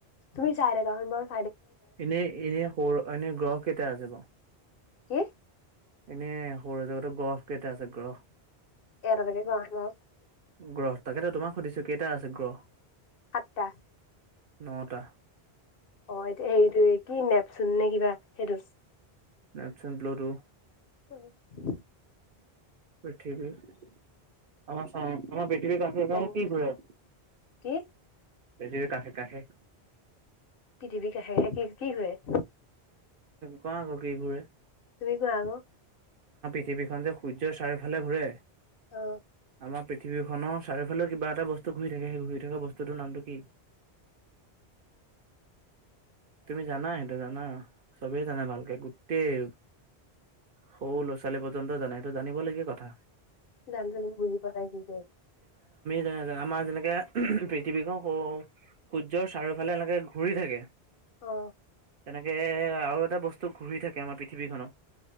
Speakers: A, on the left; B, on the right.
A: তুমি চাঁই থাকা চোন বাউ৷
B: এনেই-এনেই সৰু এনে গ্ৰহ কেইটা আছে বাৰু?
A: কি?
B: এনে সৌৰজগতৰ গ্ৰহ কেইটা আছে গ্ৰহ?
A: এটা এটা কে কোৱা চোন <unintelligible>
B: গ্ৰহ তাকেতো তোমাক সুধিছো কেইটা আছে গ্ৰহ
A: সাতটা
B: নটা
A: অ এটোয়া হেৰিটো কি নেপচোন নে কিবা সেইটো
B: নেপচন ব্লটো
A: <unintelligible> <inaudible>
B: বঠ আমাৰ আমাৰ <unintelligible> পৃথিৱীৰ কাষে
A: মংগল
B: কাষে কি ঘৰে পৃথিৱীৰ
A: কি
B: কাষে কাষে
A: পৃথিৱীৰ কাষে কাষে কি কৰে <unintelligible>
B: ক আকৌ কি ঘূৰে?
A: তুমি কোৱা আকৌ
B: পৃথিৱীখনতে সূৰ্যৰ চাৰিওফালে ঘূৰে
A: অ
B: আমাৰ পি পৃথিৱীৰ খনৰ চাৰিওফালেও কিবা এটা বস্তু ঘূৰি থাকে সেই ঘূৰি থকা বস্তুটোৰ নামটো কি?
A: <unintelligible>
B: তুমি জানা সেইটো জানা চবেই জানা ভালকে গোটেই সৰু ল'ৰা ছোৱালী পৰ্যন্ত জানে এইটো জানিব লাগীয়া কথা
A: জানো-জানো বুজি পোৱা নাই কি কৈ আছা৷
B: যে আমাৰ যেনেকে পৃথিৱীখন সৌ সূৰ্যৰ চাৰিওফালে এনেকে ঘূৰি থাকে
A: আছো। অ
B: তেনেকে আৰু এটা বস্তু ঘূৰি থাকে আমাৰ পৃথিৱীখনত